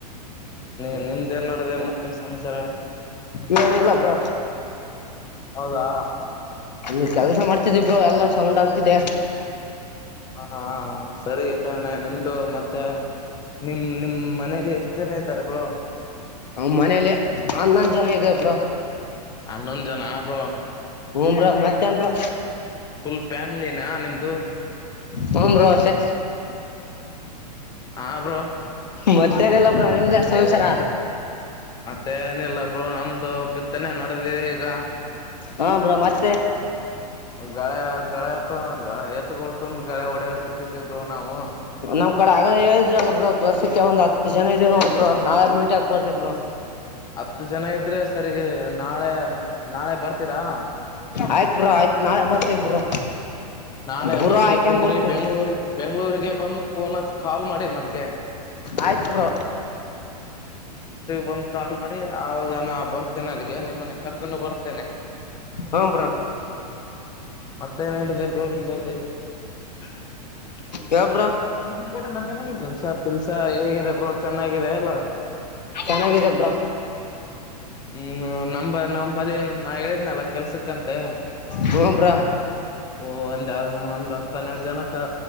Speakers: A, on the left; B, on the left.
A: ನಿಮ್ದ ನ್ ನಡದೆ ಮತ್ತೆ ಸಂಚರ.
B: ನಲ್ಲ ಬ್ರ
A: ಹೌದಾ
B: ಅಲ್ಲಿ ಕೆಲಸ ಮಾಡ್ತಿದ. ಬ್ರೋ ಎಲ್ಲ ಸೌಂಡ್ ಆಗ್ ದೆೇ.
A: ಹಾ ಹ ಸರಿತಾನೆ ನಿಮ್ದು ಮತ್ತೆ ನಿಮ ನಿಮ್ ಮನೇಲಿ ಎಷ್ಟು ಜನ ಇದ್ದಾರೆಬ್ಳ.
B: ನಮ್ಮ್ ಮನೇಲಿ ಹನ್ನೊಂದು ಜನ ಇದಿವ್ ಬ್ರೋ.
A: ಹನ್ನೊಂದ್ ಜನ ಬ್ರೋ
B: ಹುನ್ ಬ್ರೋ ಮತ್ತೇನ್ ಬ್ರೋ.
A: ಫುಲ್ ಫ್ಯಾಮಿಲಿನ ನಿಮ್ದು.
B: ಹೋ ಬ್ರೋ ಸೆ
A: ಅಬ್ರೋ
B: ಮತ್ತೆ ಏನಿಲ್ಲ ಬ್ರೋ ನಿಮ್ದೇ ಸಮಾಚಾರ.
A: ಮತ್ತೆ ಏನಿಲ್ಲ ಬ್ರೋ ನಮ್ದು ಬಿತ್ತನೆೇ ನಡೆದಿ ಈಗ.
B: ಹಾ ಬ್ರೋ ಮತ್ತೆ.
A: ಗಳೆ ಗಳೆ ಎತ್ತ ಎತ್ಗಳು ತಂದು ಗಳೆ ಹೊಡೆ ಹಾಕತಿದೇಬ್ರು ನಾವು.
B: ನಮ್ ಕಡೆ ಆಗಲೇ ಹೇಳಿದ್ರಲ್ಲ ಬ್ರೋರು ಕೆಲಸಕ್ಕೆ ಒಂದು ಹತ್ ಜನ ಇದರು ನೋ ಬ್ರೋ ನಾಳೆ ಮೀಟ್ ಹಾಕ್ಬಡ್ತತಿಬ್ರು.
A: ಹತ್ತು ಜನ ಇದ್ರೆ ಸರಿ. ನಾಳೆ ನಾಳೆ ಬರ್ತೀರಾ.
B: ಆಯ್ತ್ ಬ್ರೋ ಆಯ್ತು. ನಾಳೆ ಬರ್ತೇವಿ ಬ್ರೋ.
A: ನಾಳೆ
B: ಬುರೋ
A: ಬಸ್ಗೆ
B: ಹಾಕೊಂಡ್
A: ಕುಂದ್ರಿ
B: ಬರ್ತೀವ್ರಿ
A: ಬೆಂಗ್ಳೂರ್ ಬೆಂಗ್ಳೂರಿಗೆ ಬಂದು ಪೊನ್ ಹತ್ ಕಾಲ್ ಮಾಡಿ ನನ್ಗೆ.
B: ಆತ ಬ್ರೋ
A: ಬಂದ್ ಕಾಲ್ ಮಾಡಿ ಆವಾಗ ಬರ್ತೇನೆ ಅಲ್ಲಿಗೆ ನಿಮ್ಮನ್ನ ಕರ್ಕೊಂಡು ಬರ್ತೇನೆ
B: ಹ್ಞೂ ಬ್ರೋ
A: ಮತ್ತೆ ನ್ ಹೇಳಿದೆ ಹ ನಿಂಬಲ್ಲ <unintelligible>
B: ಹೇಳ್ ಬ್ರೋ
A: ಗಡೆ ಮಂದನಂದು <unintelligible> ಸ ತಿಲ್ಸ ಹೇಗಿದೆ ಬ್ರೋ ಚೆನ್ನಾಗಿದೆ ಎನು
B: ಚೆನ್ನಾಗಿದೇ ಬ್ರೋ
A: ಹ್ಮ್ ನಮ್ಮ ನಮ್ಮ್ ಬಳ ನಾ ಹೇಳಿದನಲ್ಲ ಕೆಲ್ಸಕ್ಕಂತೆ
B: ಹ್ಞೂ ಬ್ರೋ
A: ಓ ಒಂದ ನ ಒಂದ್ ಹತ್ತ ಹನ್ನೆರಡು ಜನಕ್ಕೆ